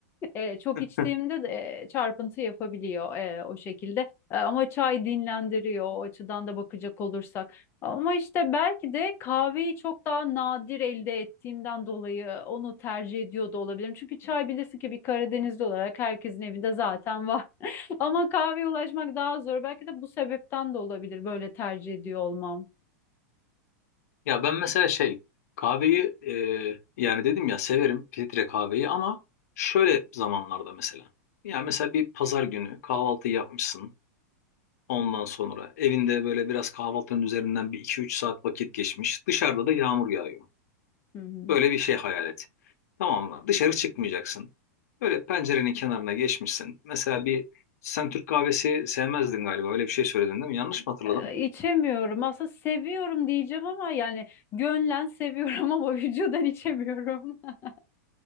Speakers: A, on the left (about 25°); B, on the left (about 70°).
A: E, çok
B: <laughs>
A: içtiğimde de e, çarpıntı yapabiliyor e, o şekilde. E, ama çay dinlendiriyor o açıdan da bakacak olursak. Ama işte belki de kahveyi çok daha nadir elde ettiğimden dolayı onu tercih ediyor da olabilirim. Çünkü çay bilirsin ki bir Karadenizli olarak herkesin evinde zaten var. <laughs> Ama kahveye ulaşmak daha zor. Belki de bu sebepten de olabilir böyle tercih ediyor olmam.
B: Ya ben mesela şey kahveyi e, yani dedim ya severim filtre kahveyi ama şöyle zamanlarda mesela. Ya mesela bir pazar günü kahvaltı yapmışsın. Ondan sonra evinde böyle biraz kahvaltının üzerinden bir iki üç saat vakit geçmiş. Dışarıda da yağmur yağıyor.
A: Hı hı.
B: Böyle bir şey hayal et. Tamam mı? Dışarı çıkmayacaksın. Böyle pencerenin kenarına geçmişsin. Mesela bir sen Türk kahvesi sevmezdin galiba. Öyle bir şey söyledin değil mi? Yanlış mı hatırladım?
A: E, içemiyorum. Aslında seviyorum diyeceğim ama yani gönlen seviyorum <laughs> ama vücudan içemiyorum. <laughs>